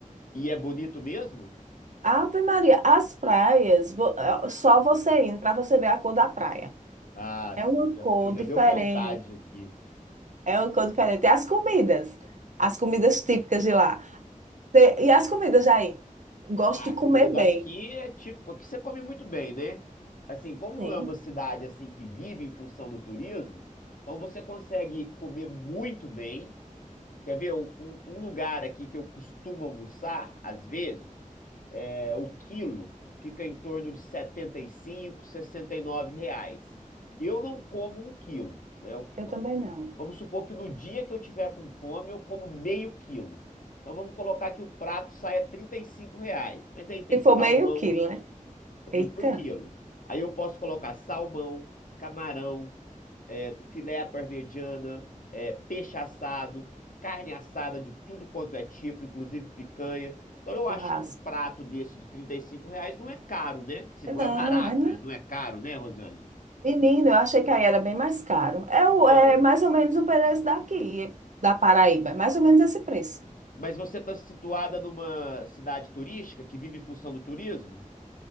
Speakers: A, on the left; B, on the right.
A: E é bonito mesmo?
B: Ave Maria, as praias, vo- eh, só você indo para você ver a cor da praia.
A: Ah,
B: É
A: você
B: uma
A: já,
B: cor
A: deu- já
B: diferente,
A: deu vontade aqui.
B: é uma cor diferente. E as comidas, as comidas típicas de lá. Cê- E as comidas aí? Gosto
A: Ah,
B: de
A: a comida
B: comer
A: daqui
B: bem.
A: é tipo, aqui você come muito bem, né? Assim, como
B: Sim,
A: não é uma cidade assim que vive em função do turismo, então você consegue comer muito bem. Quer ver um, um- um lugar aqui que eu costumo almoçar, às vezes, é, o quilo fica em torno de 75, 69 reais. Eu não como um quilo, né? Eu-
B: eu também não.
A: vamos supor que no dia que eu tiver com fome, eu como meio quilo. Então vamos colocar que o prato saia 35 reais. Mas aí tem
B: Se
A: salmão,
B: for meio quilo, né?
A: é tudo
B: Eita,
A: por quilo. Aí eu posso colocar salmão, camarão, filé à parmegiana, é, peixe assado, carne assada de tudo quanto é tipo, inclusive picanha. Então eu
B: churrasco.
A: acho que um prato desse de 35 reais não é caro, né? Se
B: É
A: não
B: não,
A: é barato,
B: é não.
A: mas não é caro, né, Rosângela?
B: Menino, eu achei que aí era bem mais caro. É, o-
A: Não.
B: é mais ou menos o preço daqui, é- da Paraíba. É mais ou menos esse preço.
A: Mas você está situada numa cidade turística que vive em função do turismo?